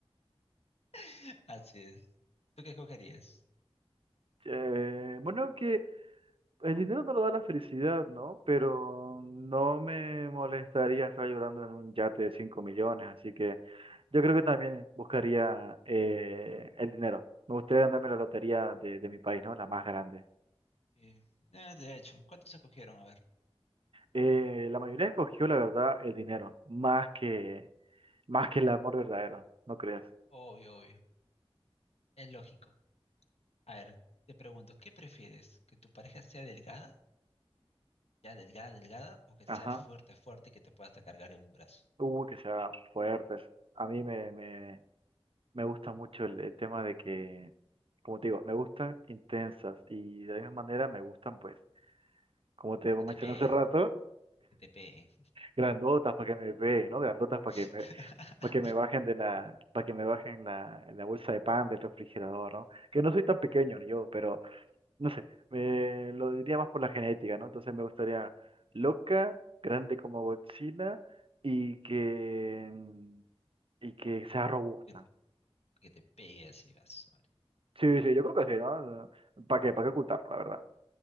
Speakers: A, on the left (about 80°); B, on the right (about 60°).
A: <laughs> Así es. ¿Tú qué escogerías?
B: Eh, bueno, que El dinero no lo da la felicidad, ¿no? Pero no me molestaría estar llorando en un yate de 5 millones, así que yo creo que también buscaría eh, el dinero. Me gustaría ganarme la lotería de, de mi país, ¿no? La más grande.
A: Eh, ah, de hecho, ¿cuántos escogieron? A ver.
B: Eh, la mayoría escogió, la verdad, el dinero, más que, más que el amor verdadero, ¿no crees?
A: Obvio, obvio. Es lógico. A ver, te pregunto, ¿qué prefieres? ¿Que tu pareja sea delgada? ¿Ya delgada, delgada? ¿O que
B: Ajá.
A: sea fuerte, fuerte y que te pueda hasta cargar en un brazo?
B: Uh, que sea fuerte. A mí me, me, me gusta mucho el, el tema de que, como te digo, me gustan intensas y de la misma manera me gustan, pues. como te mencioné
A: Que te peguen,
B: hace rato,
A: que te peguen.
B: grandotas para que me vean, ¿no? Grandotas para
A: <laughs>
B: que me, para que me bajen de la, para que me bajen la, la bolsa de pan del refrigerador, ¿no? Que no soy tan pequeño yo, pero no sé, me lo diría más por la genética, ¿no? Entonces me gustaría loca, grande como Godzilla y que y que sea robusta.
A: Que, que te pegue así, vas.
B: Sí, sí, yo creo que sí, ¿no? ¿Para qué? ¿Para qué ocultarlo, la verdad?